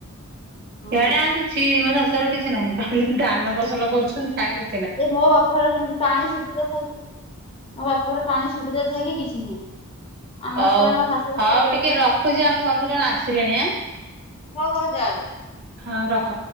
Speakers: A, on the left (about 25°); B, on the right (about 45°).
A: ହଁ
B: ଆଡେ ଆଉ କିଛି ମୋ ଶା ତାର କିଛି ନାଇଁ ଖାଲି ଧାନ ଫସଲ କରୁଛନ୍ତି ତା କି
A: ସେ ମୋ ବାପଘର ଯେମିତି ପାଣି ସୁବିଧା ଥାଇକି ବି ମୋ ବାପାର ପାଣି ସୁବିଧା ଥାଇକି କିଛି ନାହିଁ। ଆମ
B: ହଉ
A: ଶଳା ମୋ ଶାଶୁ ବି
B: ହଉ
A: ସକାଳେ
B: ଟିକେ ରଖୁଛି ଆମ ଘରକୁ ଜଣ ଆସିଲେଣି ଆଁ
A: ହଁ ହଉ ଯା
B: ହଁ ରଖ।